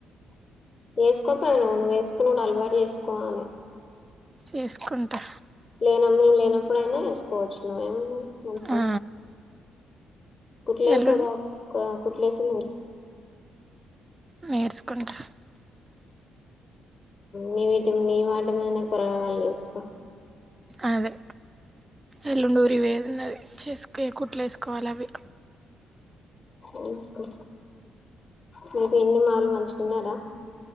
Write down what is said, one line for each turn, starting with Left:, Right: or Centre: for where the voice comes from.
Left: ఏస్కోకపోయినావ్ నువ్వు వేసుకున్నాడు అలవాటు వేసుకోవాలి
Right: చేసుకుంటా
Left: ఈగ లేనమ్ మీ లేనప్పుడయినా వేసుకోవచ్చు నువ్వు ఏమున్నది మంచిగా
Right: ఆ
Left: కుట్లుఏసుడు
Right: ఎల్లుండి
Left: ఒక్క కుట్లుఏసుడు
Right: నేర్చుకుంటా
Left: నీ వీటి నీ మాట మీదనే ప్రయోగాలు చేసుకో
Right: అదే ఎల్లుండి ఊరికి పోయేది ఉన్నది చేసుక కుట్లు వేసుకోవాలి అవి
Left: వేసుకో మీ పిన్ని వాళ్ళు మంచిగా ఉన్నారా